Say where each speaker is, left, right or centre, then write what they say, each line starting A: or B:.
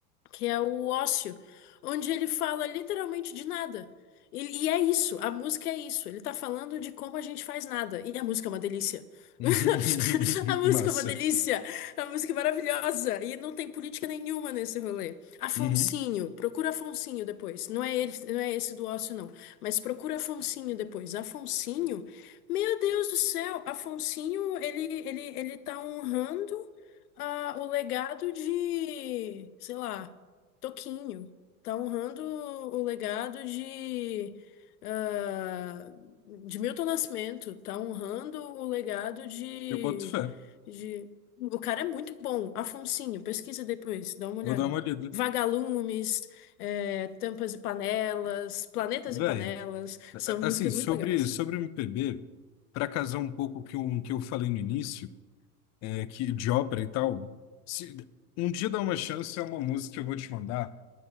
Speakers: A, on the left; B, on the left.
A: que é o Ócio, onde ele fala literalmente de nada. E, e é isso, a música é isso. Ele tá falando de como a gente faz nada. E a música é uma delícia.
B: <laughs>
A: <laughs> A música
B: Massa.
A: é uma delícia. A música é maravilhosa. E não tem política nenhuma nesse rolê. Afonsinho,
B: Uhum.
A: procura Afonsinho depois. Não é ele, não é esse do Ócio, não. Mas procura Afonsinho depois. Afonsinho, meu Deus do céu, Afonsinho, ele, ele, ele tá honrando ah, o legado de, sei lá. Toquinho. Tá honrando o legado de, ah, de Milton Nascimento. Tá honrando o legado de,
B: Eu boto fé.
A: de. O cara é muito bom. Afonsinho, pesquisa depois, dá uma
B: Vou
A: olhada.
B: dar uma olhada.
A: Vagalumes, eh, Tampas e Panelas, Planetas
B: Véi,
A: e Panelas. São
B: a-
A: músicas
B: assim, sobre,
A: muito legais.
B: sobre o M P B, para casar um pouco o que eu, que eu falei no início, é, que de ópera e tal, se, um dia dá uma chance, é uma música que eu vou te mandar.